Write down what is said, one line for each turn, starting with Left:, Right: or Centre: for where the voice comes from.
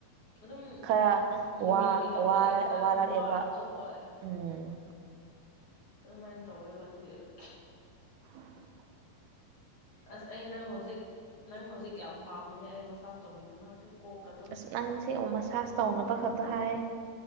Left: ꯑꯗꯨꯝꯝ
Right: ꯈꯔ ꯋꯥ
Left: ꯅꯨꯃꯤꯠ ꯅꯨꯃꯤꯠ ꯇꯧꯔꯒ ꯂꯩꯗꯅ ꯑꯗꯨꯝ
Right: ꯋꯥꯔꯛꯑꯦꯕ
Left: ꯋꯥꯕꯗꯣ ꯍꯣꯏ
Right: ꯎꯝ
Left: ꯑꯗꯨꯃꯥꯏꯅ ꯇꯧꯋꯦꯕ ꯑꯗꯨꯒꯤ <inaudible>
Right: <inaudible>
Left: ꯑꯁ ꯑꯩ ꯅꯪ ꯍꯧꯖꯤꯛ ꯅꯪ ꯍꯧꯖꯤꯛ ꯌꯥꯝ ꯄꯥꯝꯃꯤꯅꯦ ꯑꯩ ꯃꯁꯥꯁ ꯇꯧꯕꯤꯅꯕ ꯀꯣꯛꯀꯗꯣ
Right: ꯑꯁ ꯅꯪꯁꯦ ꯃꯁꯥꯁ ꯇꯧꯅꯕ ꯈꯛꯇ ꯍꯥꯏ